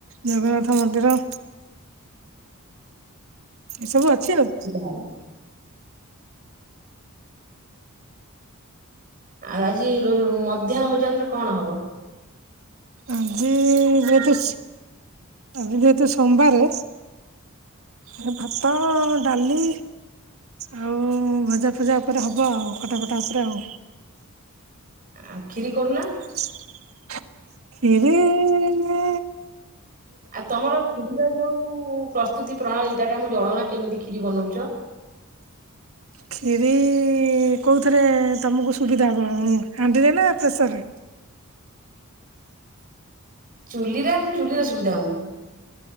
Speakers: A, on the right (about 70°); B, on the right (about 40°).
A: ଜଗନ୍ନାଥ ମନ୍ଦିର ଏସବୁ ଅଛି ଆଉ।
B: ହାଲୋ। ଆଉ ଆଜି ମଧ୍ୟାହ୍ନ ଭୋଜନରେ କଣ ହବ‌?
A: ଆଜି ଯେହେତୁ ଆଜି ଯେହେତୁ ସୋମବାରେ ଏ ଭାତ ଡାଲି ଆଉ ଭଜା ଫଜା ଉପରେ ହବ ଆଉ ଖଟା ଫଟା ଉପରେ ଆଉ‌
B: ଆଉ କ୍ଷୀରି କରୁନା।
A: ହ ଖିରି ଇଏ
B: ଆଉ ତମର କ୍ଷୀରିର ଯୋଉ ପ୍ରସ୍ତୁତି ପ୍ରଣାଳୀ ତାଟା ଆମକୁ ଜଣାଉନା କେମିତି କ୍ଷୀରି ବନଉଛ?
A: କ୍ଷିରି କୋଉଥରେ ତମକୁ ସୁବିଧା କଣ ହାଣ୍ଡିରେ ନା ପ୍ରେସରରେ?
B: ଚୁଲିରେ ଆମ ଚୁଲିର ସୁବିଧା ଆମକୁ।